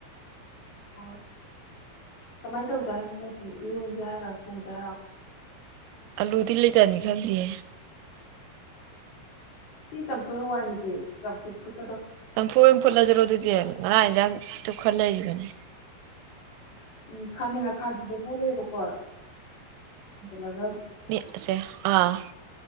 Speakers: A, on the left (about 50°); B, on the right (about 90°).
A: ꯍꯣꯏ ꯀꯃꯥꯏꯅ ꯇꯧꯖ ꯍꯥꯏꯅꯣ ꯏꯔꯣꯟꯁꯦ ꯍꯥꯏꯔꯣ ꯊꯣꯡꯁ ꯍꯥꯏꯔꯣ
B: ꯑꯜꯂꯨꯗꯤ ꯂꯩꯇꯅꯤ ꯈꯪꯗꯦ
A: ꯆꯝꯐꯨ ꯍꯋꯥꯅꯤ ꯆꯐꯨ ꯊ
B: ꯆꯝꯐꯨ ꯏꯝ ꯐꯨꯜꯖꯔꯣꯏꯗꯗ ꯉꯅꯥ ꯇꯨ ꯈꯣꯂ ꯂꯩꯕꯅꯦ
A: ꯎꯝ ꯈꯥꯃꯦꯟ ꯈꯥꯕꯤꯕꯦ ꯈꯔꯂꯦꯕꯀꯣ ꯂꯒ
B: ꯃꯤꯁꯦ ꯑꯥ